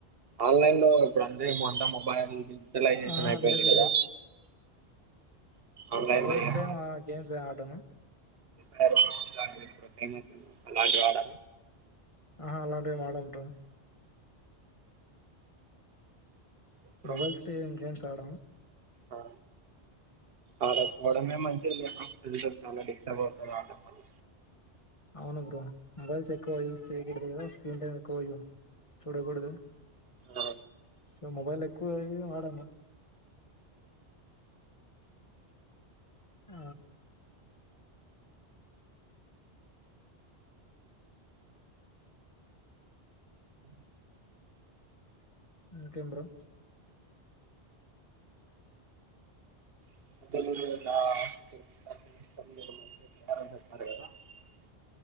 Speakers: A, on the right; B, on the left.
A: ఆన్లైన్ లో ఇప్పుడు అందేమో అంతా మొబైల్ డిజిటలైజేషన్
B: ఆహా
A: అయిపోయింది
B: లేదు
A: కదా ఆన్లైన్
B: మొబైల్స్డే
A: లో ఏం
B: గేమ్స్ ఆటను
A: ఫంటి వాళ్డర
B: ఆహా అలాంటివి మాడ ఉంటాం
A: ఎప్పుడు
B: మొబైల్స్ లో గేమ్స్ ఆడ
A: ఆ ఆడకపోవడమే మంచిగా లేస చాలా డిస్టర్బ్ అవుతారు ఆవటడం వల్ల
B: అవును బ్రో మొబైల్స్ ఎక్కువ యూస్ చేయ్య కదా స్క్రీన్ టైం ఎక్కువ చూడకూడదు
A: ఆ
B: సో మొబైల్ ఎక్కువ వాడను ఆ ఇంకెంబ్రో
A: <unintelligible>